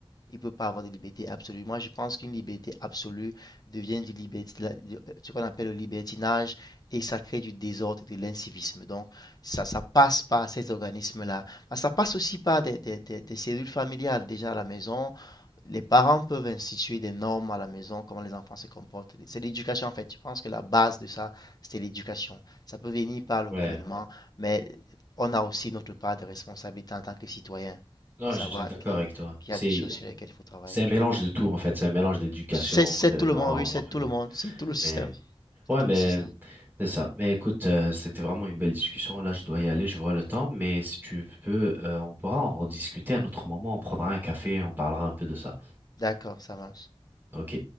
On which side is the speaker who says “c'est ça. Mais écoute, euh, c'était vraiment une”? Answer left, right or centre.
Right